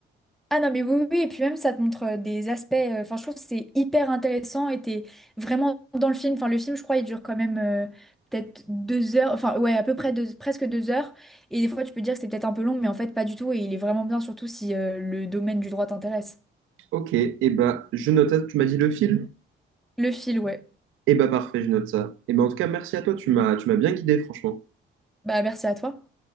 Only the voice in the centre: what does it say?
Ah non, mais oui, oui, et puis même ça te montre euh, des aspects, euh, enfin je trouve que c'est hyper intéressant et t'es vraiment dans le film, enfin le film je crois il dure quand même euh, peut-être deux heures, enfin ouais à peu près deux- presque deux heures et des fois tu peux dire que c'est peut-être un peu long mais en fait pas du tout et il est vraiment bien surtout si euh, le domaine du droit t'intéresse.
Le fil, ouais.
Bah merci à toi.